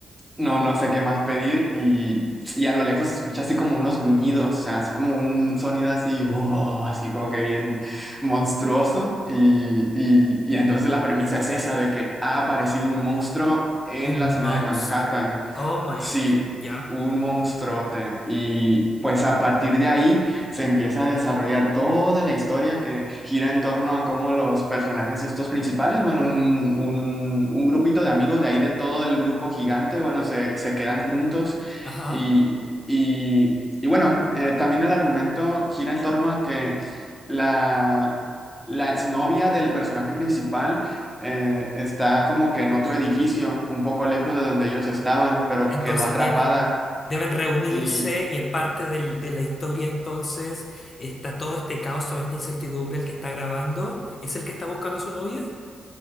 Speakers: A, in the centre; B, on the left (about 50°).
A: no, no sé qué más pedir y, y a lo lejos se escucha así como unos gruñidos, o sea, así como un sonido así, wow, así como que bien monstruoso y, y, y entonces la premisa es esa de que ha aparecido un monstruo en
B: Un
A: la ciudad
B: monstruo.
A: de Manhattan
B: Oh my
A: Sí,
B: gosh. Ya.
A: un monstruote. Y pues a partir de ahí se empieza a desarrollar toda la historia que gira en torno a cómo los personajes estos principales, bueno, un, un, un grupito de amigos de ahí de todo el grupo gigante, bueno, se, se quedan juntos
B: Ajá.
A: y, y, y bueno, eh, también el argumento gira en torno a que la, la exnovia del personaje principal eh, está como que en otro edificio, un poco lejos de donde ellos estaban, pero
B: Entonces
A: quedó atrapada.
B: tienen. Deben reunirse
A: Y
B: y es parte del- de la historia. Entonces está todo este caos, toda esta incertidumbre. El que está grabando es el que está buscando a su novia.